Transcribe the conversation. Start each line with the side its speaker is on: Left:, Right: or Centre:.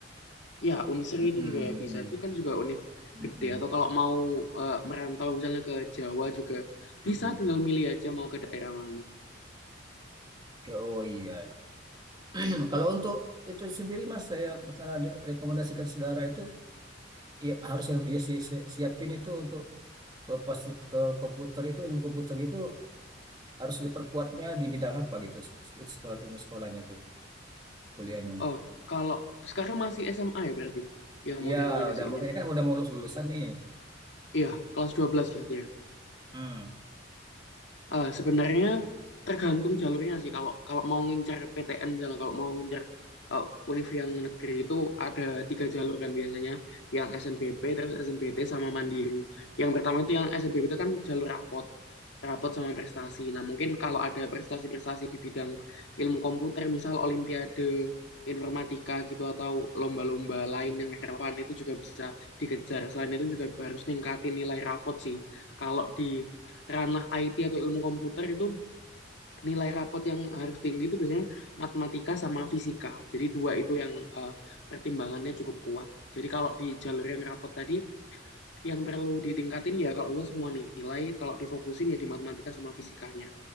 Left: Ya, Unsri
Right: Hmm.
Left: itu
Right: Hmm.
Left: juga bisa. Itu kan juga univ
Right: Hmm.
Left: gede. Atau kalau mau eh, merantau misalnya ke Jawa juga
Right: Hmm.
Left: bisa tinggal milih aja mau ke daerah mana.
Right: Ya, oh iya. <clears throat> Kalau untuk itu sendiri Mas, saya saya de- rekomendasikan saudara itu ya harus yang dia si- si- siapin itu untuk ke pas ke komputer itu ilmu komputer itu harus diperkuatnya di bidang apa gitu sekolah, sekolahnya itu kuliahnya.
Left: Oh, kalau sekarang masih SMA ya berarti yang
Right: Iya,
Left: mau direkomendasiin
Right: udah mau
Left: ini.
Right: ini kan udah mau lulus lulusan nih.
Left: Iya, kelas 12 berarti ya.
Right: Hmm.
Left: Eh, sebenarnya tergantung jalurnya sih. Kalau kalau mau ngincer PTN misalnya, kalau mau ngincer eh, univ yang negeri itu ada tiga jalur kan biasanya, yang SNBP, terus SNBT sama Mandiri. Yang pertama itu yang SNBP itu kan jalur rapot, rapot sama prestasi. Nah mungkin kalau ada prestasi-prestasi di bidang ilmu komputer, misal Olimpiade informatika gitu atau lomba-lomba lain yang relevan itu juga bisa dikejar. Selain itu juga harus ningkatin nilai rapot sih. Kalau di ranah IT atau ilmu komputer itu nilai rapot yang harus tinggi itu biasanya matematika sama fisika. Jadi dua itu yang eh, pertimbangannya cukup kuat. Jadi kalau di jalur yang rapot tadi yang perlu ditingkatin ya kalau udah semua nilai kalau difokusin ya di matematika sama fisikanya.